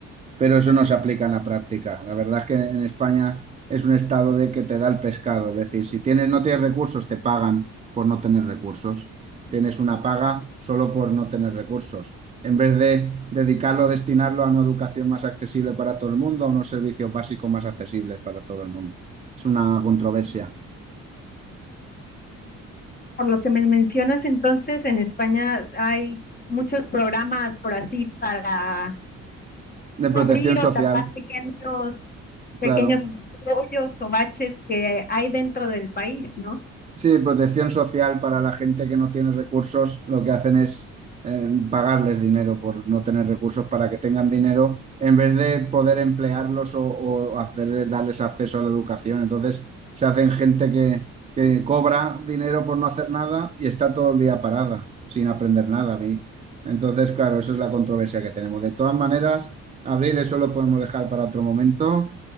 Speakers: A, on the right (about 25°); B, on the left (about 30°).
A: pero eso no se aplica en la práctica. La verdad es que en España es un estado de que te da el pescado, es decir, si tienes, no tienes recursos, te pagan por no tener recursos. Tienes una paga solo por no tener recursos. En vez de dedicarlo, destinarlo a una educación más accesible para todo el mundo, a unos servicios básicos más accesibles para todo el mundo. Es una controversia.
B: Por lo que me mencionas entonces, en España hay muchos programas por así para
A: De
B: abrir
A: protección social,
B: o tapar pequeños, pequeños
A: claro.
B: hoyos o baches que hay dentro del país, ¿no?
A: Sí, protección social para la gente que no tiene recursos, lo que hacen es eh, pagarles dinero por no tener recursos para que tengan dinero en vez de poder emplearlos o, o hacerles- darles acceso a la educación. Entonces se hacen gente que, que cobra dinero por no hacer nada y está todo el día parada sin aprender nada a mí. Entonces, claro, esa es la controversia que tenemos. De todas maneras, Abril, eso lo podemos dejar para otro momento.